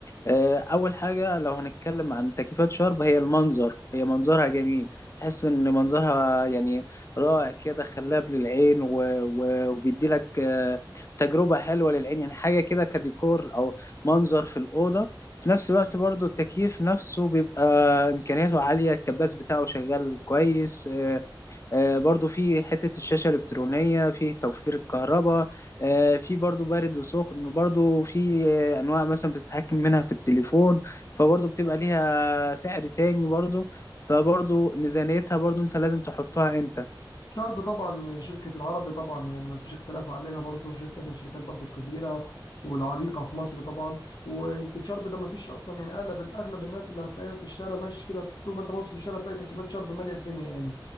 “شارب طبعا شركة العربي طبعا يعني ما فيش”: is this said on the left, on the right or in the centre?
Left